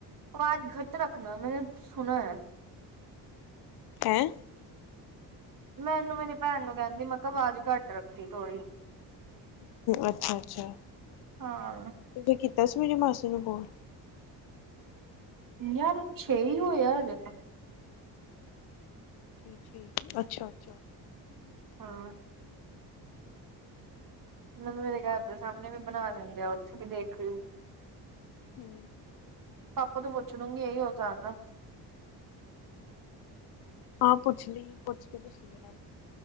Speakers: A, on the right; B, on the left.
A: ਆਵਾਜ਼ ਘਟ ਰੱਖਣਾ ਮੈਂ ਸੁਣਾ ਹੈ।
B: ਹੈਂ
A: ਮੈਨੂੰ ਮੇਰੀ ਭੈਣ ਨੂੰ ਕਹਿੰਦੀ ਮੈਂ ਕਿਹਾ ਆਵਾਜ਼ ਘੱਟ ਰੱਖੀ ਥੋੜ੍ਹੀ
B: ਅੱਛਾ-ਅੱਛਾ
A: ਹਾਂ
B: ਤੁਸੀਂ ਕਿ ਦਸ ਮੇਰੀ ਮਾਸੀ ਨੂੰ ਕੌਣ
A: ਯਾਰ ਛੇ ਹੀ ਹੋਇਆ ਹਜੇ ਤਾਂ
B: ਠੀਕ ਅੱਛਾ-ਅੱਛਾ
A: ਹਾਂ ਮੂੰ ਮੇਰੇ ਘਰ ਦੇ ਸਾਹਮਣੇ ਵੀ ਬਣਾ ਦਿੰਦੇ ਆ ਉੱਥੇ ਵੀ ਦੇਖ ਕੇ
B: ਹੂੰ
A: ਪਾਪਾ ਤੋਂ ਪੁੱਛਣੂਗੀ ਇਹੀ ਹੋ ਸਕਦਾ।
B: ਹਾਂ ਪੁੱਛ ਲਈ ਪੁੱਛ ਕੇ ਦੱਸੀਂ।